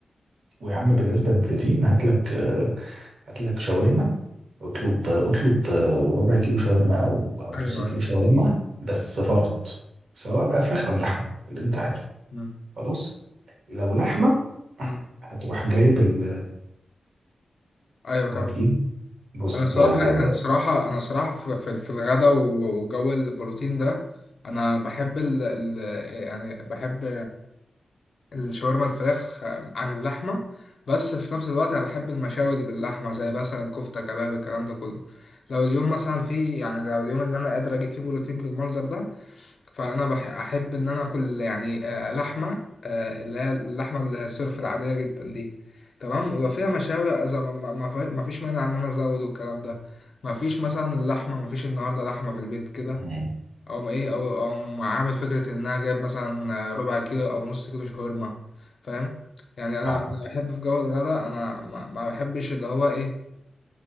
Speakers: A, on the right; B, on the left.
A: ويا عم بالنسبه للبروتين هات لك آه، هات لك شاورما اطلب اطلب آه، ربع كيلو شاورما او او
B: ايوه
A: نص كيلو
B: ايوه
A: شاورما بس فرط سواء بقى فراخ او لحمه اللي انت عايزه
B: مم.
A: خلاص لو لحمة
B: مم.
A: هتروح جايب ال
B: ايوه
A: هتجيب
B: كم
A: بص
B: انا الصراحه
A: لو
B: انا الصراحه انا الصراحه في, في, في الغدا و- وجو البروتين ده انا بحب ال... ال... يعني بحب الشاورما الفراخ عن اللحمة بس في نفس الوقت أنا بحب المشاوي اللي باللحمة زي مثلا كفتة كباب الكلام ده كله لو اليوم مثلا فيه يعني لو اليوم اللي أنا قادر أجيب فيه بروتين بالمنظر ده فأنا بح- أحب إن أنا آكل يعني آه، لحمة آه، اللي هي اللحمة الصرف العادية جدا دي تمام ولو فيها مشاوي إذا ما ما- ما في- ما فيش مانع إن أنا أزود والكلام ده ما فيش مثلا اللحمة ما فيش النهاردة لحمة في البيت كده
A: مم.
B: او ايه او او عامل فكره ان انا جايب مثلا ربع كيلو او نص كيلو شاورما فاهم يعني
A: فاهم
B: انا أنا بحب في جو الغداء انا ما ما بحبش اللي هو ايه